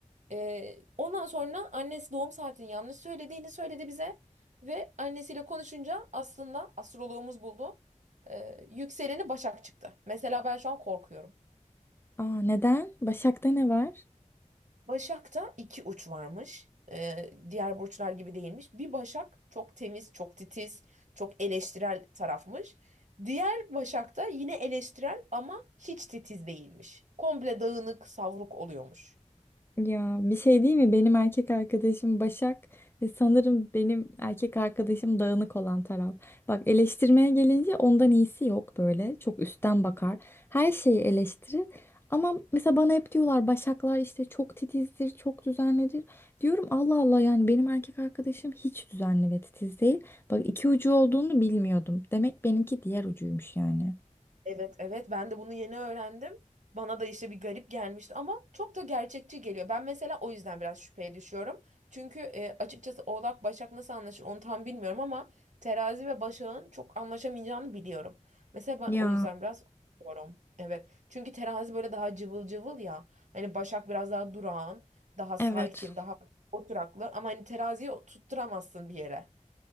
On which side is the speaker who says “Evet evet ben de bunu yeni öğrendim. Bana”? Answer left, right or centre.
Right